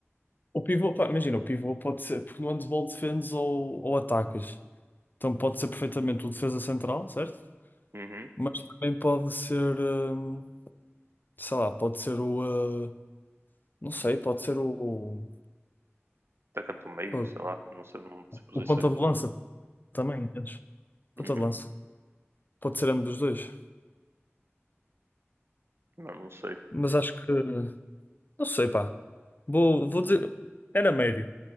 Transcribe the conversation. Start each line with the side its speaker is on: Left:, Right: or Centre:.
Left: O pivô, pá, imagina, o pivô pode ser, porque no handball defendes ou, ou atacas. Então pode ser perfeitamente o defesa central, certo?
Right: Uhum.
Left: Mas também pode ser, hum, sei lá, pode ser o, ah, não sei, pode ser o,
Right: Atacante do meio,
Left: o,
Right: sei lá. Não sei, não sei posições.
Left: o ponta de lança também, entendes? Ponta
Right: Uhum.
Left: de lança. Pode ser ambos dos dois.
Right: Não, não sei.
Left: Mas acho que, não sei, pá. Vou, vou dizer, era médio.